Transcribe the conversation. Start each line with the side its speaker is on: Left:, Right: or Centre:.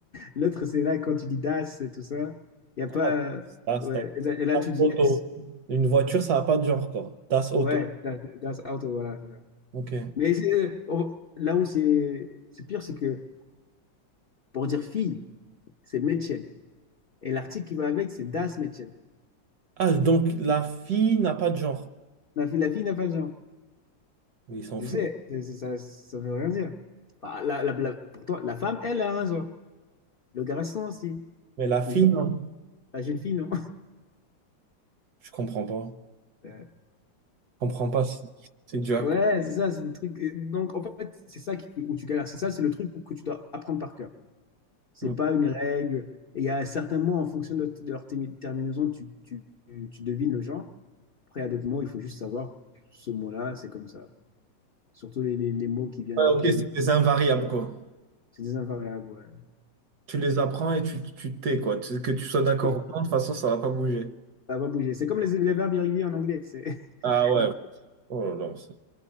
Left: L'autre, c'est là quand tu dis das et tout ça. Il n'y a pas.
Right: Ah, tas
Left: Ouais.
Right: das,
Left: Et là, et là,
Right: das
Left: tu dis
Right: auto.
Left: S.
Right: Une voiture, ça n'a pas de genre, quoi. tas auto.
Left: Ouais, that- that's out. Voilà. c'est ça.
Right: Ok.
Left: Mais c'est- euh, on- là où c'est c'est pire, c'est que pour dire fille, c'est Mädchen. Et l'article qui va avec, c'est das Mädchen.
Right: Ah, donc la fille n'a pas de genre.
Left: La fille, la fille n'a pas de genre.
Right: Mais il s'en
Left: Je
Right: fout.
Left: sais, c'est- c'est- ça ne veut rien dire. Bah, la- la- la- pourtant, la femme, elle a un genre. Le garçon aussi.
Right: Mais la fille,
Left: Mais juste
Right: non.
Left: la jeune fille, non?
Right: Je comprends pas.
Left: Euh,
Right: Je comprends pas. C'est c'est dû à
Left: ouais,
Right: quoi?
Left: c'est ça, c'est des trucs. Donc, en fait, c'est ça qui- où tu galères. C'est ça, c'est le truc que tu dois apprendre par cœur. C'est
Right: Mm.
Left: pas une règle. Et Il y a certains mots, en fonction de, de leur termi- terminaison, tu, tu, tu tu devines le genre. Après, il y a d'autres mots, il faut juste savoir ce mot-là, c'est comme ça. Surtout les, les- les mots qui viennent
Right: Ouais,
Left: un peu.
Right: ok, c'est des invariables, quoi.
Left: C'est des invariables, ouais.
Right: Tu
Left: Euh,
Right: les apprends et tu tu t'es, quoi. Tu- Que tu sois d'accord
Left: Et
Right: ou non, de toute façon, ça va pas bouger.
Left: ça va bouger. C'est comme les, les verbes irréguliers en anglais. C'est. <laughs>
Right: Ah ouais.
Left: Voilà.
Right: Oh là là, c'est